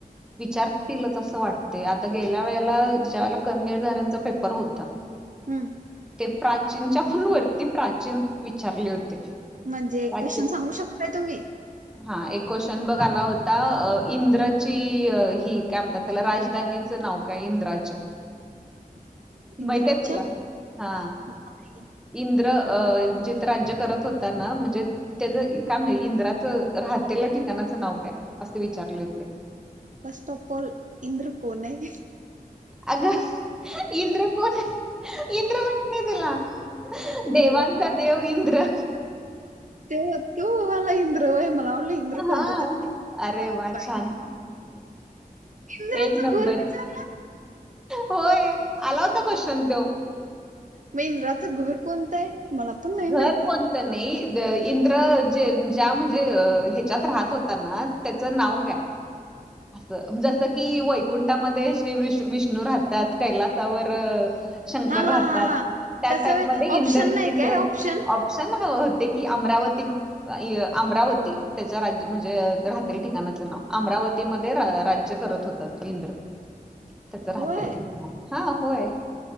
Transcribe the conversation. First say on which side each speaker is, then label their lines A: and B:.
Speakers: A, in the centre; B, on the right.
A: विचारतीलच असं वाटतय आता गेल्या पहिला ज्याल करनिर्धारणचा पेपर होता
B: हम्म
A: ते प्राचीनच्या पण वरती प्राचीन विचारले होते.
B: म्हणजे
A: प्राचीन
B: क्वेशन सांगू शकताय तुम्ही?
A: हा एक क्वेश्चन बघ आला होता इंद्रची ही काय म्हणतात त्याला राजधानीचं नाव का इंद्राच्या
B: इंद्राच्या
A: माहितय तुला हा
B: नाही
A: इंद्र जित राज्य करत होता ना म्हणजे त्याचं इंद्राचं राहतेल्या ठिकाणाचं नाव काय असे विचारले होते.
B: फस्ट ऑफ ऑल इंद्र कोन हाय?
A: अगं इंद्र कोण आहे, इंद्र माहीत नाही तुला?
B: देवा
A: देवांचा देव इंद्र.
B: ते तो वाला इंद्र होय मला वाटलं इंद्र कोणतं
A: हा
B: तरी
A: अरे वा
B: काय
A: छान
B: इंद्राचं
A: एक नंबर
B: घोर विचारलं
A: होय, आला होता क्वेशन तो.
B: मग इंद्राच घर कोणत आहे? मला पण नाही
A: घर
B: माहिती
A: कोण नाही इंद्र जे ज्या म्हणजे ह्याच्यात राहत होता ना त्याचं नाव काय? असं जसं कि वैकुंठामध्ये श्री विष्णू राहतात कैलासावर शंकर
B: हा हा
A: राहतात,
B: हा हा
A: त्या
B: तसं
A: टाईपमध्ये
B: व्हय. ऑप्शन
A: इंद
B: नाही
A: इंद्र
B: काय ऑप्शन
A: छान हवं होते की अमरावती अमरावती त्याच्या राज्य म्हणजे राहतेल ठिकाणाचं नाव अमरावती. अमरावती मध्ये राज्य करत होतात इंद्र त्याच राहतेल
B: होय
A: ठिकाण हा होय.